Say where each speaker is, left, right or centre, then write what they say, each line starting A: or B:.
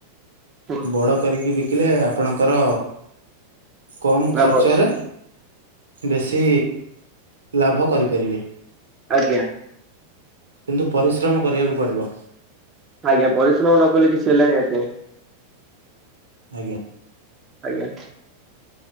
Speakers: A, on the right (about 25°); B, on the right (about 70°).
A: ହୁଁ
B: ବଡ କରିକି ବିକିଲେ ଆପଣଙ୍କର କମ୍
A: ଲାଭ
B: ଖର୍ଚ୍ଚରେ,
A: ଅଛି
B: ବେଶୀ ଲାଭ କରିପାରିବେ।
A: ଆଜ୍ଞା।
B: କିନ୍ତୁ ପରିଶ୍ରମ କରିବାକୁ ପଡିବ।
A: ଆଜ୍ଞା ପରିଶ୍ରମ ନ କଲେ କିଛି ହେଲେଣି ଆଜ୍ଞା।
B: ଆଜ୍ଞା।
A: ଆଜ୍ଞା।